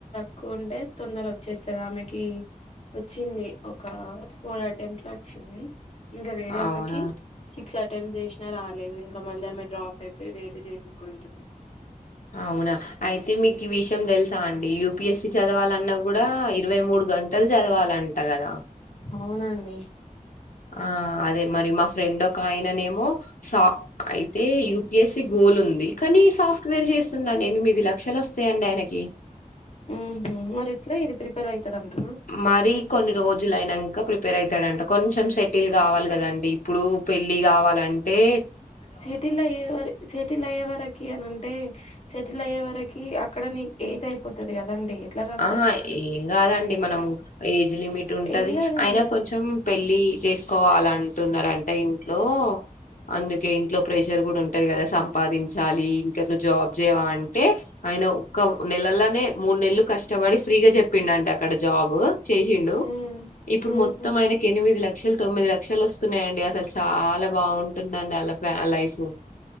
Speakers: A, on the left; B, on the left.
A: క్కుంటే తొందర వచ్చేస్తుంది ఆమెకి వచ్చింది ఒక ఫోర్ అటెంప్ట్ లో వచ్చింది ఇంకా వేరే
B: అవునా
A: అక్కకి సిక్స్ అటెంప్ట్ చేసినా రాలేదు ఇంకా మళ్ళీ ఆమె డ్రాప్ అయిపోయి వేరే చేసుకుంటుంది
B: అవునా అయితే మీకు ఈ విషయం తెలుసా అండి యూపిఎస్సి చదవాలన్న కూడా ఇరవై మూడు గంట లు చదవాలంట కదా
A: అవునండి
B: ఆ అదే మరి మా ఫ్రెండ్ ఒక ఆయననేమో సా అయితే యూపిఎస్సి గోల్ ది కానీ సాఫ్ట్వేర్ చేస్తునాడు ఎనిమిది లక్షలు వస్తాయండి ఆయనకి
A: ఉ మరి ఎట్లా ఇది ప్రిపేర్ అవుతాడంటనా
B: మరీ కొన్ని రోజులు అయినాక ప్రిపేర్ అయితాడాట కొంచెం సెటిల్ కావాలి కదండి ఇప్పుడు పెళ్లి కావాలంటే అంటే
A: సెటిల్ అయ్యేవరకి సెటిల్ అయ్యేవరకి అని అంటే సెటిల్ అయ్యే వరకి అక్కడ న ఏజ్ అయిపోతది కదండి ఎట్లా రాత్తరు
B: ఆహా ఏం కాదండి మనం ఏజ్ లిమిట్ ఉంటది
A: ఏం కాదండి
B: అయినా కొంచెం పెళ్ళి చేసుకోవాల అంటున్నారంట ఇంట్లో అందుకే ఇంట్లో ప్రెషర్ కూడా ఉంటది కదా సంపాదించాలి ఇంకా నువ్వు జాబ్ చేయవా అంటే ఆయన ఒక్క నెలలనే మూడు నెలు కష్టపడి ఫ్రీగా చెప్పిండు అంట అక్కడ జాబ్ చేసిండు
A: ఉమ్
B: ఇప్పుడు
A: ఉమ్
B: మొత్తం ఆయనకి ఎనిమిది లక్షలు తొమ్మిది లక్షలు వస్తున్నాయండి అసలు చాలా బాగుంటుందండి అల ఆ లైఫ్